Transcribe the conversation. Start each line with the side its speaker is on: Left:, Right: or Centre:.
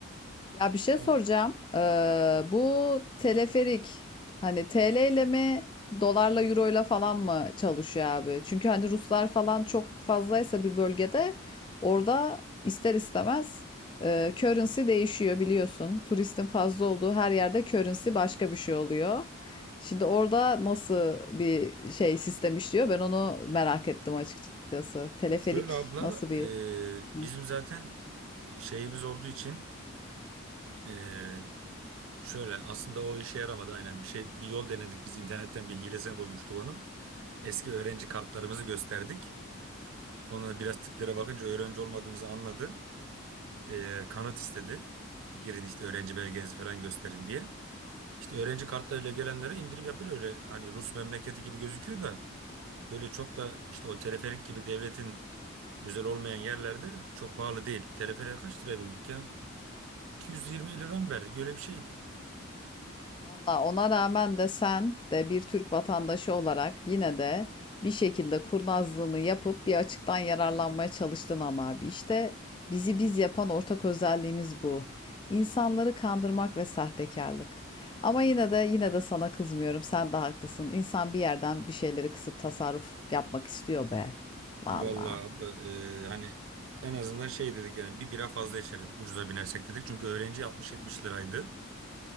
Left: Ya bir şey soracağım.
Right: Hı.
Left: Ee, bu teleferik hani TL ile mi dolarla euro ile falan mı çalışıyor abi? Çünkü hani Ruslar falan çok fazlaysa bir bölgede orada ister istemez e, currency değişiyor biliyorsun. Turistin fazla olduğu her yerde currency başka bir şey oluyor. Şimdi orada nasıl bir şey sistem işliyor? Ben onu merak ettim açıkçası. Teleferik
Right: Şöyle abla
Left: nasıl bir
Right: e,
Left: Hı.
Right: bizim zaten e, şeyimiz olduğu için e, şöyle aslında o işe yaramadı aynen bir şey bir yol denedik biz internetten bir hilesini bulmuştuk onun. Eski öğrenci kartlarımızı gösterdik. Ona biraz tiplere bakınca öğrenci olmadığımızı anladı. E, kanıt istedi. Girin işte öğrenci belgenizi falan gösterin diye. İşte öğrenci kartlarıyla gelenleri indirip yapıyor öyle hani Rus memleketi gibi gözüküyor da öyle çok da işte o teleferik gibi devletin Özel olmayan yerlerde çok pahalı değil. Teleferiğe kaç liraya bindik ya? 220 lira mı verdik? Öyle bir şeydi.
Left: Valla ona rağmen de sen de bir Türk vatandaşı olarak yine de bir şekilde kurnazlığını yapıp bir açıktan yararlanmaya çalıştın ama abi. İşte bizi biz yapan ortak özelliğimiz bu. İnsanları kandırmak ve sahtekarlık. Ama yine de yine de sana kızmıyorum. Sen de haklısın. İnsan bir yerden bir şeyleri kısıp tasarruf yapmak istiyor be. Valla.
Right: Vallahi abla e, hani en azından şey dedik yani bir bira fazla içeriz ucuza binersek dedik. Çünkü öğrenci 60-70 liraydı.